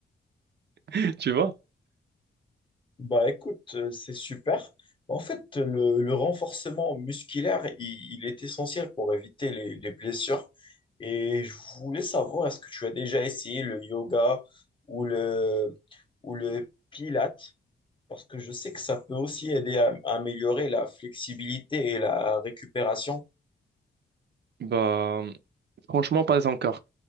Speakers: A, on the right (about 60°); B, on the left (about 25°).
A: <laughs> tu vois?
B: Bah écoute, euh, c'est super. En fait, le, le renforcement musculaire, il, il est essentiel pour éviter les, les blessures. Et je voulais savoir, est-ce que tu as déjà essayé le yoga ou le, ou le pilates? Parce que je sais que ça peut aussi aider à, à améliorer la flexibilité et la récupération.
A: Bah franchement pas encore,